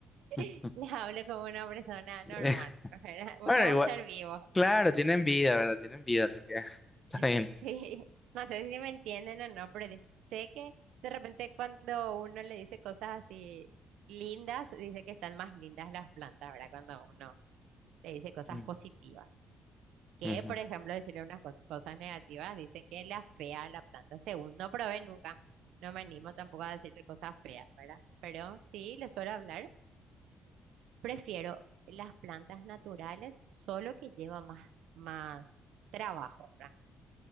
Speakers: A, on the left (about 20°); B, on the right (about 85°).
A: <laughs>
B: <laughs> les hablo como una persona
A: <laughs>
B: normal,
A: Eh,
B: ¿verdad? <laughs> Porque
A: bueno,
B: es un
A: igual,
B: ser vivo.
A: claro, tienen vida, ¿verdad? Tienen vida, así que <laughs> está
B: <laughs>
A: bien.
B: Sí, no sé si me entienden o no, pero dis- sé que de repente cuando uno le dice cosas así lindas, dice que están más lindas las plantas, ¿verdad? Cuando uno le dice cosas
A: Mm,
B: positivas. Que,
A: ujú,
B: por ejemplo, decirle unas cos- cosas negativas, dice que la fea a la planta, según no probé nunca. No me animo tampoco a decirle cosas feas, ¿verdad? Pero sí, le suelo hablar. Prefiero las plantas naturales, solo que lleva más, más trabajo, ¿verdad?